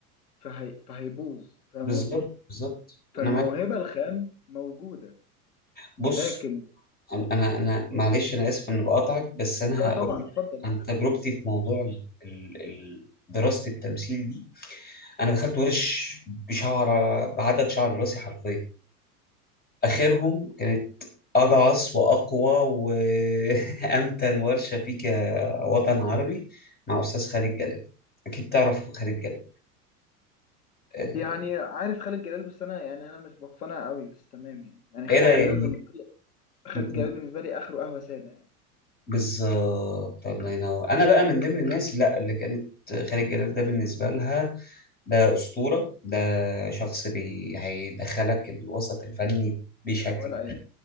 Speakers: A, on the left; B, on the left.
A: فهي فهيبوظ فاهم
B: بالظبط
A: قصدي
B: بالظبط
A: فالموهبة
B: انا معاك
A: الخام موجودة
B: بص
A: ولكن
B: انا انا أنا- معلش انا اسف اني بقاطعك بس انا
A: اه طبعا
B: هقول لك
A: اتفضل
B: عن تجربتي في موضوع ال... ال... ال- دراسه التمثيل دي انا دخلت ورش بشعر بعدد شعر راسي حرفيا اخرهم كانت اجعص واقوى وامتن <laughs> ورشه فيك يا وطن عربي مع استاذ خالد جلال اكيد تعرف خالد جلال آه،
A: يعني عارف خالد جلال بس انا يعني انا مش مقتنع قوي بس تمام يعني يعني خالد
B: ايه ده يعني
A: جلال بالنسبه لي خالد
B: انت
A: جلال بالنسبه لي اخره قهوه ساده يعني
B: بالظبط الله ينور انا بقى من ضمن الناس لا اللي كانت خالد جلال ده بالنسبه لها ده اسطوره ده شخص بي هيدخلك الوسط الفني بشكل
A: ولا اي حاجة.